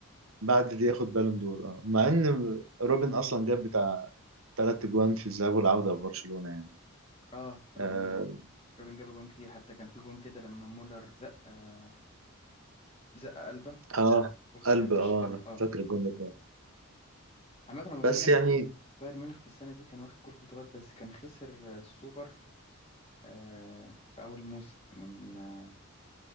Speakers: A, on the right; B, on the left.
A: بعد دي ياخد بالون دور اه مع ان روبن اصلا جاب بتاع تلات جوان في الذهاب والعودة في برشلونة يعني
B: اه روبن
A: اه,
B: روبن جاب جون كتير حتى كان في جون كده لما مولر زق آه، زق قلبه
A: آه
B: وخلاه
A: قلب
B: يخش
A: اه
B: كده
A: انا
B: اه
A: فاكر الجون ده كويس.
B: عامة هو تقريبا
A: بس يعني
B: بايرن ميونخ في السنة دي كان واخد كل البطولات بس كان خسر آه، السوبر آه، في أول موسم من آه،